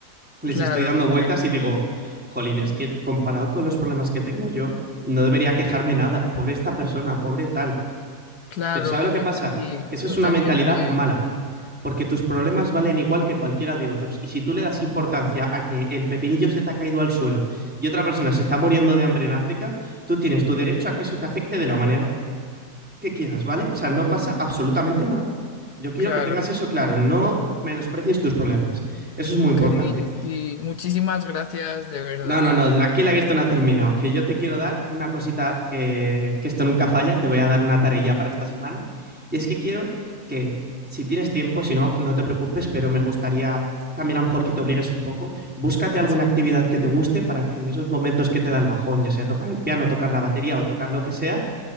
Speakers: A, in the centre; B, on the left.
A: les
B: claro,
A: estoy dando vueltas
B: que-
A: y digo, jolín, es que comparado con los problemas que tengo yo, no debería quejarme nada, pobre esta persona, pobre tal.
B: claro,
A: Pero ¿sabe lo que
B: pues
A: pasa?
B: sí,
A: Que eso es
B: totalmente,
A: una mentalidad mala porque tus problemas valen igual que cualquiera de otros. Y si tú le das importancia a que el pepinillo se te ha caído al suelo y otra persona se está muriendo de hambre en África, tú tienes tu derecho a que eso te afecte de la manera que quieras, ¿vale? O sea, no pasa absolutamente nada. Yo quiero
B: claro.
A: que tengas eso claro, no menosprecies tus problemas. Eso es
B: Ok,
A: muy importante.
B: sí, muchísimas gracias de verdad.
A: No, no, no,
B: la-
A: aquí La que esto no ha terminado. Que yo te quiero dar una cosita que, que esto nunca falla. Te voy a dar una tarea para esta semana. Y es que quiero que, si tienes tiempo, si no, no te preocupes, pero me gustaría también a lo mejor que te obligues un poco. Búscate alguna
B: Sí.
A: actividad que te guste para que en esos momentos que te da el bajón, ya sea tocar el piano, tocar la batería o tocar lo que sea,